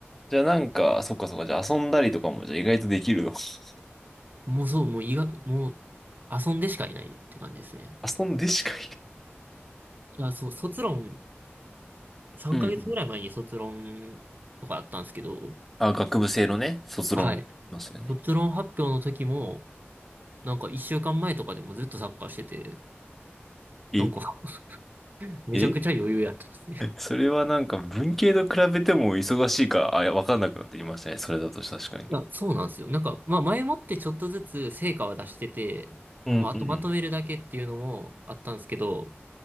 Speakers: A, in the centre; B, on the right (about 45°).
A: じゃあなんか、そっかそっか、じゃあ遊んだりとかもじゃあ意外とできるの。<laughs>
B: もうそう、もう医学、もう遊んでしかいないって感じですね。
A: 遊んでしかい
B: いや、そう、卒論、3ヶ月ぐらい前に卒論とかあったんですけど、
A: ないうんうん。あ、学部生のね、卒論がありますよね。
B: はい。卒論発表の時も、なんか1週間前とかでもずっとサッカーしてて、
A: え、
B: なんか <laughs> めちゃくちゃ余裕やってますね。
A: えそれはなんか文系と比べても忙しいか、あ、いや、わかんなくなってきましたね。それだと確かに。
B: いや、そうなんですよ。なんか、まあ前もってちょっとずつ成果は出してて、
A: うんうん。
B: まああとまとめるだけっていうのもあったんですけど、